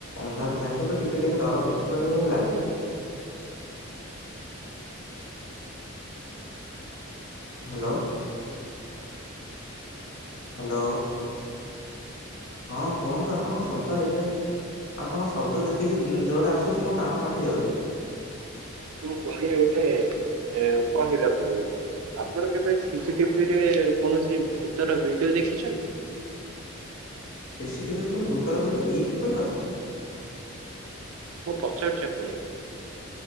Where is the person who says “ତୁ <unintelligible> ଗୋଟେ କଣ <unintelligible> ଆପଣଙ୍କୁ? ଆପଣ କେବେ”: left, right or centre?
Right